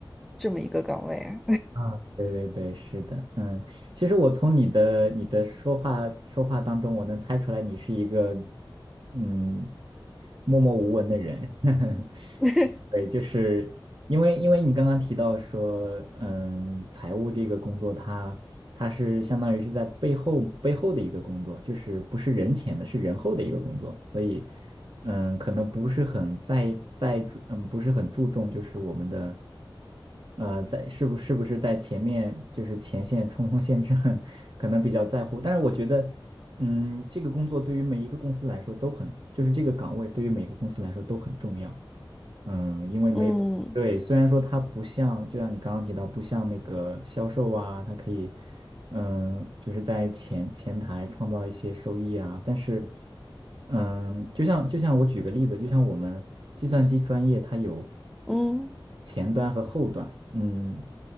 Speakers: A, in the centre; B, on the right.
A: 这么一个岗位啊。
B: 啊，对对对，是的，嗯，其实我从你的你的说话说话当中，我能猜出来你是一个嗯默默无闻的人，<laughs>
A: <laughs>
B: 对，就是因为因为你刚刚提到说，嗯，财务这个工作它，它是相当于是在背后背后的一个工作，就是不是人前的，是人后的一个工作，所以。嗯，可能不是很在在注嗯，不是很注重，就是我们的，呃，在是不是不是在前面就是前线冲锋陷阵，<laughs> 可能比较在乎。但是我觉得，嗯，这个工作对于每一个公司来说都很，就是这个岗位对于每个公司来说都很重要。嗯，因为没有，
A: 嗯
B: 对，虽然说它不像，就像你刚刚提到，不像那个销售啊，它可以。嗯，就是在前前台创造一些收益啊。但是，嗯，就像就像我举个例子，就像我们计算机专业，它有
A: 嗯。
B: 前端和后端。嗯，